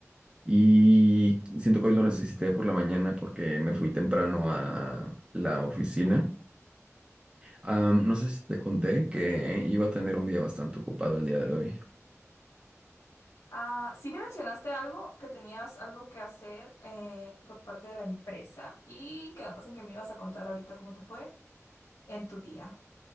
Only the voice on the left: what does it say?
Ah, sí me mencionaste algo, que tenías algo que hacer eh, por parte de la empresa y quedamos en que me ibas a contar ahorita cómo te fue en tu día.